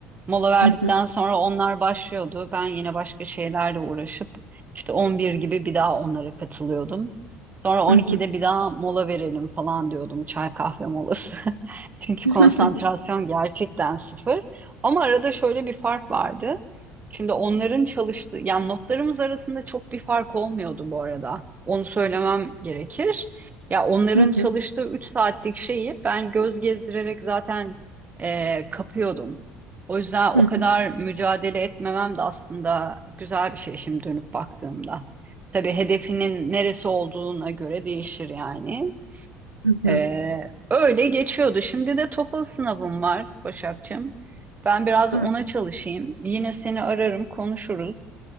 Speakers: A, on the right; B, on the right.
A: Mola verdikten
B: hı hı,
A: sonra onlar başlıyordu. Ben yine başka şeylerle uğraşıp işte 11 gibi bir daha onlara katılıyordum. Sonra 12'de
B: hı hı.
A: bir daha mola verelim falan diyordum. Çay kahve molası. <laughs> Çünkü
B: <laughs>
A: konsantrasyon gerçekten sıfır. Ama arada şöyle bir fark vardı. Şimdi onların çalıştığı, yani notlarımız arasında çok bir fark olmuyordu bu arada. Onu söylemem gerekir. Ya onların
B: Hı
A: çalıştığı
B: hı,
A: 3 saatlik şeyi ben göz gezdirerek zaten eee, kapıyordum. O yüzden
B: hı
A: o
B: hı,
A: kadar mücadele etmemem de aslında güzel bir şey şimdi dönüp baktığımda. Tabii hedefinin neresi olduğuna göre değişir yani.
B: hı
A: Ee,
B: hı.
A: öyle geçiyordu. Şimdi de TOEFL sınavım var Başakçığım. Ben biraz
B: Evet,
A: ona çalışayım. Yine seni ararım, konuşuruz.